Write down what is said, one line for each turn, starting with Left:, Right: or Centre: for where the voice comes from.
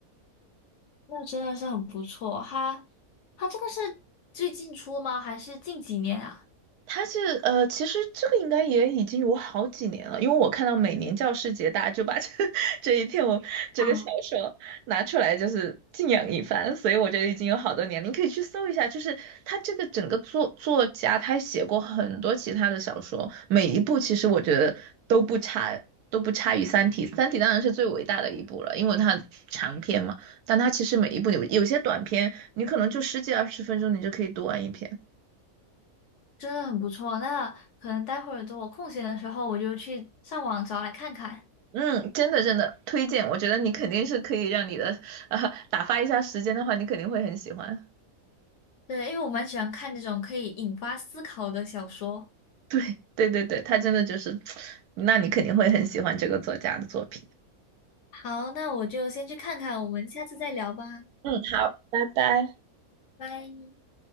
Left: 那真的是很不错。他他这个是最近出吗？还是近几年啊？
Right: 他是呃，其实这个应该也已经有好几年了，因为我看到每年教师节，大家就把这 <laughs> 这一篇我这个小说拿出来，
Left: 啊，
Right: 就是敬仰一番，所以我觉得已经有好多年了。你可以去搜一下，就是他这个整个作作家，他写过很多其他的小说，每一部其实我觉得都不差，都不差于《三体》。《三体》当然是最伟大的一部了，因为它长篇嘛，但它其实每一部有有些短篇，你可能就十几二十分钟，你就可以读完一篇。
Left: 真的很不错。那可能待会儿等我空闲的时候，我就去上网找来看看。
Right: 嗯，真的真的推荐，我觉得你肯定是可以让你的啊打发一下时间的话，你肯定会很喜欢。
Left: 对，因为我蛮喜欢看这种可以引发思考的小说。
Right: 对对对对，他真的就是，<tsk> 那你肯定会很喜欢这个作家的作品。
Left: 好，那我就先去看看，我们下次再聊吧，
Right: 嗯，好，拜拜。
Left: 拜。